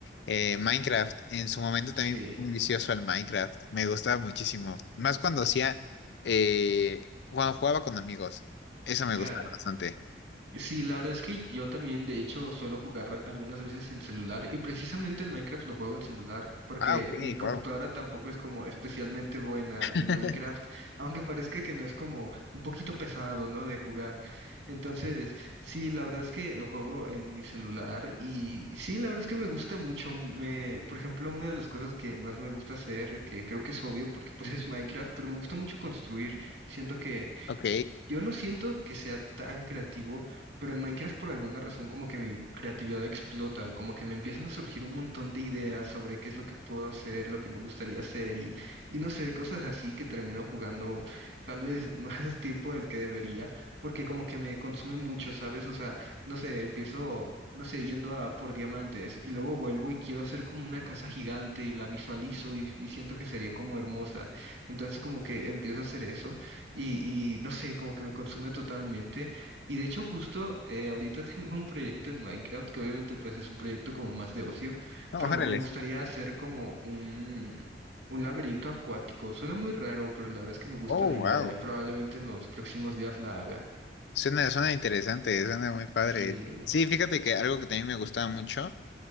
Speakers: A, on the left (about 70°); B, on the right (about 80°).
A: eh, Minecraft. En su momento
B: Sí,
A: también fui muy vicioso al Minecraft, me gustaba muchísimo. Más cuando hacía, eh, cuando jugaba con amigos, eso me
B: claro.
A: gustaba bastante.
B: Sí, la verdad es que yo también, de hecho, suelo jugar algunas veces en celular y precisamente el Minecraft lo juego en celular porque
A: Ah, ok,
B: mi computadora
A: wow.
B: tampoco es como especialmente buena
A: <laughs>
B: y Minecraft, aunque parezca que no es como un poquito pesado, ¿no? De jugar. Entonces, sí, la verdad es que lo juego en mi celular y sí, la verdad es que me gusta mucho. Me, por ejemplo, una de las cosas que más me gusta hacer, que creo que es obvio porque pues es Minecraft, pero me gusta mucho construir. Siento que
A: Ok,
B: yo no siento que sea tan creativo, pero en Minecraft por alguna razón como que mi creatividad explota, como que me empiezan a surgir un montón de ideas sobre qué es lo que puedo hacer, lo que me gustaría hacer y, y no sé, cosas así que termino jugando tal vez <laughs> más tiempo del que debería, porque como que me consume mucho, ¿sabes? O sea, no sé, empiezo, no sé, yendo a por diamantes y luego vuelvo y quiero hacer como una casa gigante y la visualizo y, y siento que sería como hermosa. Entonces como que empiezo a hacer eso. Y, y no sé, como que me consume totalmente. Y de hecho, justo eh, ahorita <laughs> tengo un proyecto en Minecraft, que obviamente pues es un proyecto como más de ocio,
A: no,
B: pero
A: órale.
B: me gustaría hacer como un, un laberinto acuático. Suena muy raro, pero la verdad es que me gusta
A: Oh,
B: la idea
A: wow.
B: y probablemente en los próximos días la haga.
A: Suena, suena interesante, suena muy padre.
B: Sí.
A: Sí, fíjate que algo que también me gustaba mucho.